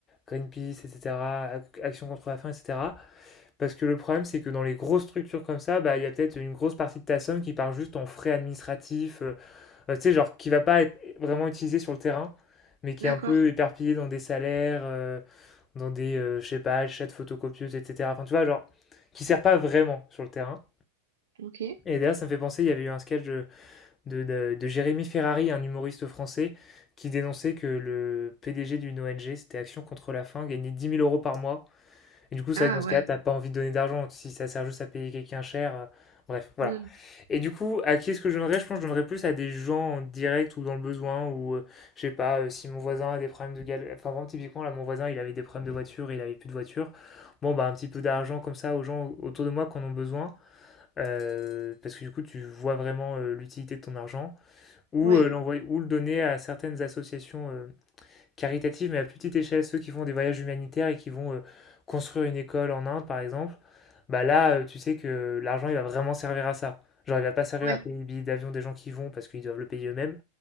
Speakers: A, on the left (about 20°); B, on the right (about 60°).
A: Greenpeace, etc., Ac- Action contre la faim, etc. Parce que le problème, c'est que dans les grosses structures comme ça, bah, il y a peut-être une grosse partie de ta somme qui part juste en frais administratifs, euh, euh, tu sais, genre qui va pas être vraiment utilisée sur le terrain, mais qui
B: D'accord.
A: est un peu éparpillée dans des salaires, euh, dans des, euh, je sais pas, achats de photocopieuses, etc. Enfin, tu vois, genre, qui sert pas vraiment sur le terrain.
B: Ok.
A: Et d'ailleurs, ça me fait penser, il y avait eu un sketch, de, de- de Jérémy Ferrari, un humoriste français, qui dénonçait que le PDG d'une ONG, c'était Action contre la faim, gagnait 10 000 euros par mois. Et du coup, c'est
B: Ah
A: vrai que dans ce
B: ouais.
A: cas-là, t'as pas envie de donner d'argent si ça sert juste à payer quelqu'un cher. euh, bref, voilà.
B: Mm.
A: Et du coup, à qui est-ce que je donnerais? Je pense que je donnerais plus à des gens en direct ou dans le besoin, ou euh, je sais pas, euh, si mon voisin a des problèmes de galère. Enfin, vraiment, typiquement, là, mon voisin, il avait des problèmes de voiture, il avait plus de voiture. Bon, bah, un petit peu d'argent comme ça aux gens autour de moi qui en ont besoin. Euh, parce que du coup, tu vois vraiment euh, l'utilité de ton argent ou
B: Ouais.
A: euh, l'envoyer ou le donner à certaines associations euh, caritatives, mais à plus petite échelle, ceux qui font des voyages humanitaires et qui vont euh, construire une école en Inde, par exemple, bah là, euh, tu sais que l'argent, il va vraiment servir à ça. Genre, il va pas servir
B: Ouais.
A: à payer les billets d'avion des gens qui vont parce qu'ils doivent le payer eux-mêmes,